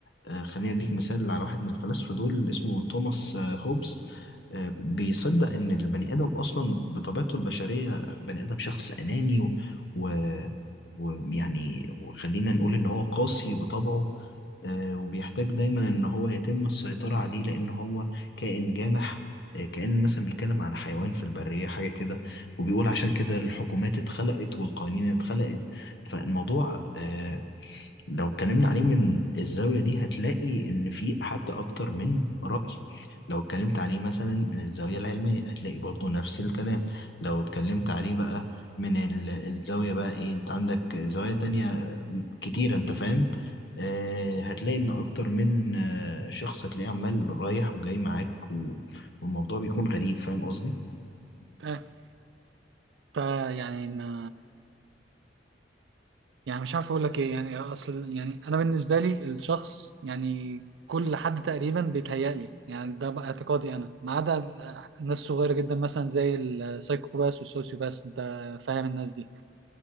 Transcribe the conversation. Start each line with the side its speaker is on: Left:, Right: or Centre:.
Left: آه خليني اديك مثال على واحد من الفلاسفة دول اسمه توماس آه، هوبز آه، بيصدق ان البني ادم اصلا بطبيعته البشريه بني ادم شخص اناني و... و... ويعني وخلينا نقول ان هو قاسي بطبعه آه، وبيحتاج دايما ان هو يتم السيطره عليه لان هو كائن جامح آه، كأن مثلا بيتكلم على حيوان في البرية حاجة كده وبيقول عشان كده الحكومات اتخلقت والقوانين اتخلقت فالموضوع آه، لو اتكلمنا عليه من الزاوية دي هتلاقي إن في حتى أكتر من رأي لو اتكلمت عليه مثلا من الزاوية العلمية هتلاقي برضو نفس الكلام لو اتكلمت عليه بقى من ال- الزاوية بقى إيه أنت عندك زوايا تانية كتيرة أنت فاهم آه هتلاقي إن أكتر من آه شخص هتلاقيه عمال رايح وجاي معاك و... والموضوع بيكون غريب فاهم قصدي؟
Right: ف ف- يعني ما يعني مش عارف اقول لك ايه يعني اصل يعني انا بالنسبه لي الشخص يعني كل حد تقريبا بيتهيألي يعني ده بقى اعتقادي انا ما عدا الناس صغيره جدا مثلا زي السايكوباس والسوسيوباس انت فاهم الناس دي